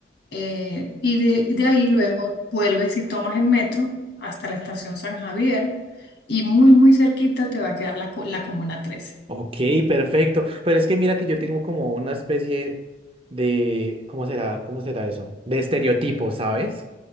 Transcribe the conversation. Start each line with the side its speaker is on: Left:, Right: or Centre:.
Left: eh, y de, de ahí luego vuelves y tomas el metro hasta la estación San Javier y muy muy cerquita te va a quedar la, co- la Comuna trece
Right: Ok, perfecto. Pero es que mira que yo tengo como una especie de, ¿cómo será? ¿Cómo será eso? De estereotipo, ¿sabes?